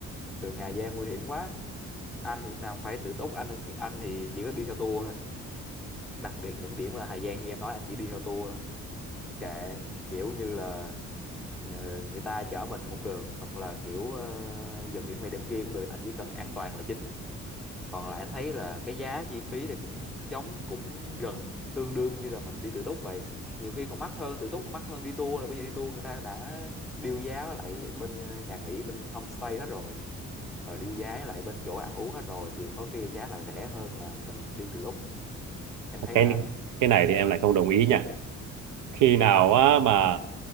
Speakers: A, in the centre; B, on the right.
A: đường Hà Giang nguy hiểm quá anh thì lúc nào cũng phải tự túc anh anh thì chỉ có đi theo tour thôi đặc biệt những điểm ở Hà Giang như em nói anh chỉ đi theo tour thôi kệ kiểu như là ờ, người ta chở mình cũng được hoặc là kiểu ờ, dừng điểm này điểm kia cũng được anh chỉ cần an toàn là chính còn lại anh thấy là cái giá chi phí thì cũng giống cũng gần tương đương như là mình đi tự túc vậy nhiều khi còn mắc hơn tự túc còn mắc hơn đi tour nữa bởi vì đi tour người ta đã deal giá với lại bên ờ, nhà nghỉ bên homestay hết rồi rồi deal giá với lại bên chỗ ăn uống hết rồi thì có khi giá lại rẻ hơn là mình đi tự túc em thấy
B: cái
A: sao
B: cái này thì em lại không đồng ý nhỉ khi nào á mà